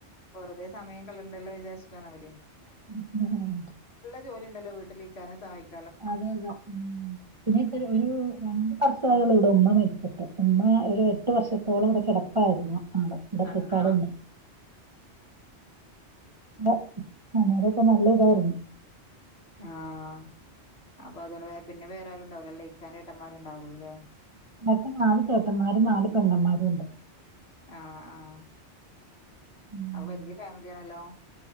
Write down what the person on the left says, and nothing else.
വെറുത സമയം കളേണ്ടല്ലോ വിചാരിച്ചിട്ടാണ് അവര്
ജോല ഉണ്ടല്ലോ വീട്ടിലേക്കാനെ സഹക്കും
ആ
ആ
ആഹ അപ്പൊ അതുകൊണ്ട് പിന്നെ വേറെ ആരുുംണ്ടാവലോ ല ഇക്കാന്റെ ചേട്ടന്മാര്ണ്ടാവുള്ളൂല്ലേ
ആഹ ആഹ
അൊ വലിയ ഫാമിലിയാണല്ലോ